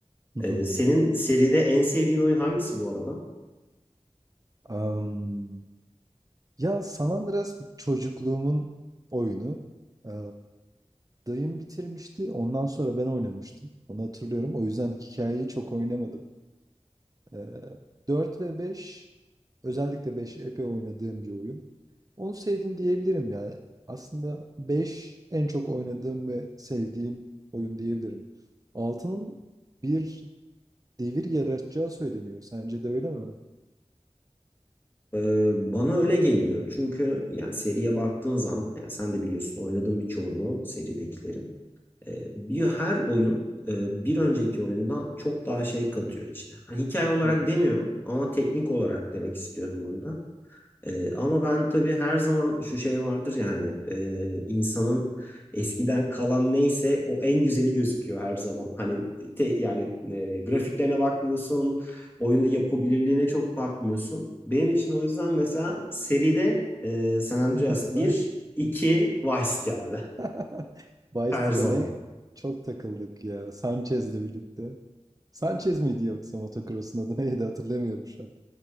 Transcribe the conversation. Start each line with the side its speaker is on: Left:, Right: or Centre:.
Right: Hı
Left: E,
Right: hı.
Left: senin seride en sevdiğin oyun hangisi bu arada?
Right: Am, ya San Andreas çocukluğumun oyunu. Ee, dayım bitirmişti. Ondan sonra ben oynamıştım. Onu hatırlıyorum. O yüzden hikayeyi çok oynamadım. Ee, 4 ve 5, özellikle 5 epey oynadığım bir oyun. Onu sevdim diyebilirim ya. Aslında 5 en çok oynadığım ve sevdiğim oyun diyebilirim. Altının bir devir yaratacağı söyleniyor. Sence de öyle mi?
Left: E, bana öyle geliyor. Çünkü yani seriye baktığın zaman yani sen de biliyorsun oynadığın birçoğunu seridekilerin. E, bir her oyun e, bir önceki oyundan çok daha şey katıyor içine. Hani hikaye olarak
Right: <laughs>
Left: demiyorum ama teknik olarak demek istiyorum burada. E, ama ben tabii her zaman şu şey vardır yani ya e, insanın eskiden kalan neyse o en güzeli gözüküyor her zaman. Hani te- yani e, grafiklerine bakmıyorsun, oyunda yapabilirliğine çok bakmıyorsun. Benim için o yüzden mesela seride e, San Andreas
Right: Vice
Left: bir, 2 Vice City abi
Right: <laughs> Vice'de
Left: her zaman.
Right: ne çok takıldık ya. Sanchez'le birlikte. Sanchez miydi yoksa motocross'un adı neydi hatırlamıyorum şu an.